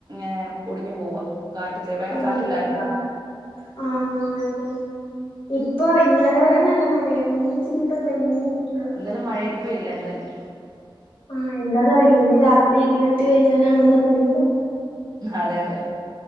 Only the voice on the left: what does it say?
ഉം
ആഹ് ഇപ്പൊ ഇന്നലെ വരെ നല്ല മഴയായിരുന്നു ഇന്ന് ഇച്ചിരി ഇപ്പ തെളിഞ്ഞ് നിക്കുവാ
ആഹ് എന്താന്ന് അറിയില്ല ഇന്ന് രാത്രി ഇടി വെട്ടി പെയ്യാനാണോ എന്നറിഞ്ഞൂടാ